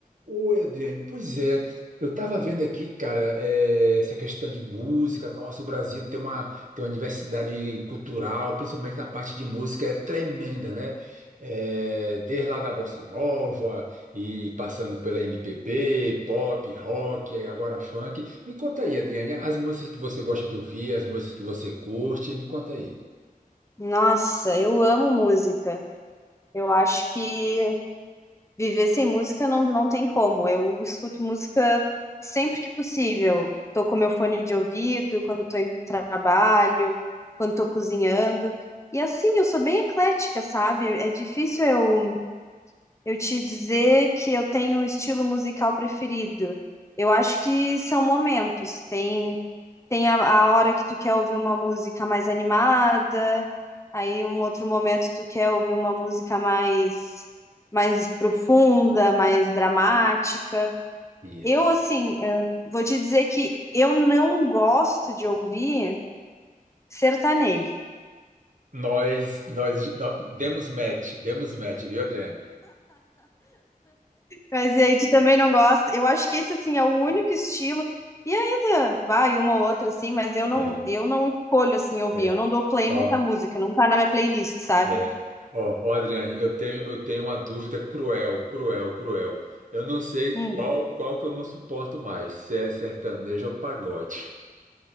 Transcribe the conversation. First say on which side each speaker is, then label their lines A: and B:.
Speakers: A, on the right; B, on the left.
A: Oi, Adriane. Pois é, eu estava vendo aqui, cara, eh, essa questão de música. Nossa, o Brasil tem uma, tem uma diversidade cultural, principalmente na parte de música, é tremenda, né? Eh, desde lá da Bossa Nova e passando pela MPB, pop, rock, aí agora funk. Me conta aí, Adriane, as músicas que você gosta de ouvir, as músicas que você curte, me conta aí.
B: Nossa, eu amo música. Eu acho que viver sem música não, não tem como. Eu escuto música sempre que possível. Tô com meu fone de ouvido, quando tô em trabalho, quando tô cozinhando. E assim, eu sou bem eclética, sabe? É difícil eu eu te dizer que eu tenho um estilo musical preferido. Eu acho que são momentos. Tem, tem a, a hora que tu quer ouvir uma música mais animada, aí um outro momento tu quer ouvir uma música mais, mais profunda, mais dramática.
A: Isso.
B: Eu, assim, eu vou te dizer que eu não gosto de ouvir sertanejo.
A: Nós, nós, nó- demos match, demos match, viu, Adriane?
B: Mas e aí, tu também não gosta? Eu acho que esse, assim, é o único estilo. E ainda vai uma ou outra, assim, mas eu não,
A: É.
B: eu não escolho, assim, ouvir.
A: É,
B: Eu não dou play
A: ó,
B: nessa música, não tá na minha playlist, sabe?
A: é, ó, ó, Adriane, eu tenho, eu tenho uma dúvida cruel, cruel, cruel. Eu não sei
B: Hum.
A: qual, qual que eu não suporto mais, se é sertanejo ou pagode.